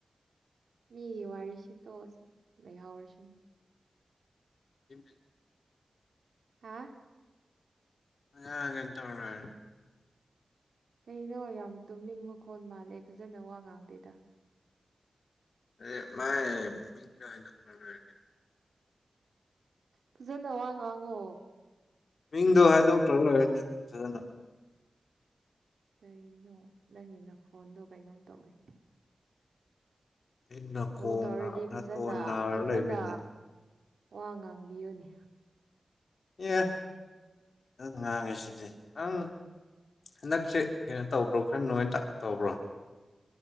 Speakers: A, on the right; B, on the left.
A: ꯃꯤꯒꯤ ꯋꯥꯔꯤꯁꯤꯠꯇꯣꯛꯑꯁꯤ ꯂꯩꯍꯧꯔꯁꯨꯅ
B: ꯀ
A: ꯍꯥ
B: ꯑꯅ ꯇꯧꯅꯤ
A: ꯀꯩꯅꯣ ꯌꯥꯝ ꯇꯨꯝꯅꯤꯡ ꯃꯈꯣꯟꯜ ꯃꯥꯜꯂꯦ ꯐꯖꯅ ꯋꯥ ꯉꯥꯡꯗꯦꯗ
B: ꯑ ꯃꯥꯏ ꯃꯤꯡ ꯗꯣꯛꯇꯔꯔ
A: ꯐꯖꯟꯅꯣ ꯋꯥꯉꯥꯡꯉꯣ
B: ꯃꯤꯡꯗꯣ ꯍꯥꯏꯗꯣꯛꯇ꯭ꯔ ꯂꯣꯏꯔꯅꯤ ꯑꯗꯨꯝ ꯐꯖꯅ
A: ꯀꯔꯤꯅꯣ ꯅꯪꯒꯤꯅ ꯐꯣꯟꯗꯣ ꯀꯩꯅꯣꯝ ꯇꯧꯋꯤ
B: ꯑꯩ ꯅꯥꯀꯣꯡꯅ
A: ꯀꯣꯜ ꯇꯧꯔꯗꯤ
B: ꯅꯥꯇꯣꯟ
A: ꯐꯖꯅ
B: ꯅꯥꯔ
A: ꯐꯖꯅ
B: ꯂꯩꯕꯩꯅꯦ
A: ꯋꯥ ꯉꯥꯡꯕꯤꯌꯨꯅꯦ
B: ꯑꯦ ꯑꯗꯨ ꯏꯁꯤꯗꯤ ꯑꯪ ꯍꯟꯗꯛꯁꯦ ꯀꯩꯅꯣ ꯇꯧꯕ꯭ꯔꯣ ꯈꯔ ꯅꯅꯨꯡꯉꯥꯏ ꯇ ꯇꯧꯕ꯭ꯔꯣ